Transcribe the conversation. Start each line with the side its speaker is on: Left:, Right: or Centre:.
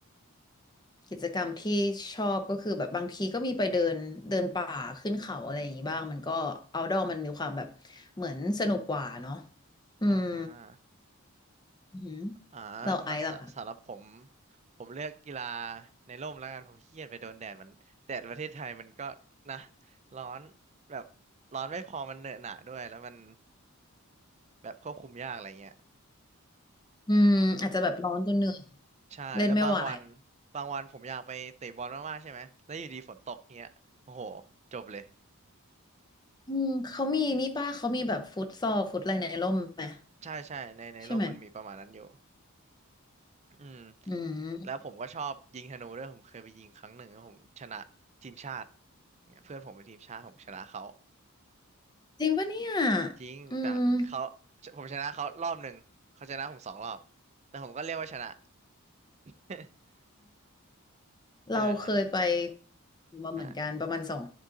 Left: กิจกรรมที่ชอบก็คือแบบบางทีก็มีไปเดินเดินป่าขึ้นเขาอะไรอย่างงี้บ้างมันก็เอาดอมันมีความแบบเหมือนสนุกกว่าเนาะอืม
Right: อ่า
Left: อือหือ
Right: อ่าสสสำหรับผม
Left: เราไอซ์ล่ะค่ะ
Right: ผมเลือกกีฬาในร่มแล้วกันผมขี้เกียจไปโดนแดดมันแดดประเทศไทยมันก็นะร้อนแบบร้อนไม่พอมันเหนอะหนะด้วยแล้วมันแบบควบคุมยากอะไรเงี้ย
Left: อืมอาจจะแบบร้อนจนเหนื่อย
Right: ใช่แล้วบางวัน
Left: เล่นไม่ไหว
Right: บางวันผมอยากไปเตะบอลมากๆใช่ไหมแล้วอยู่ดีฝนตกเงี้ยโอ้โหจบเลย
Left: อืมเขามีนี่ป้าเขามีแบบฟุตซอลฟุตอะไรในร่มไหม
Right: ใช่ใช่ในในร่มมันมีประมาณนั้นอยู่
Left: ใช่ไหม
Right: อืม
Left: อืม
Right: แล้วผมก็ชอบยิงธนูด้วยผมเคยไปยิงครั้งหนึ่งแล้วผมชนะทีมชาติเนี่ยเพื่อนผมเป็นทีมชาติผมชนะเขา
Left: จริงปะเนี่ย
Right: จริงแต่เขา
Left: อืม
Right: ผมชนะเขารอบหนึ่งเขาชนะผมสองรอบแต่ผมก็เรียกว่าชนะ <laughs> เออ
Left: เราเคยไปมาเหมือนกันประมาณสอง
Right: อ่า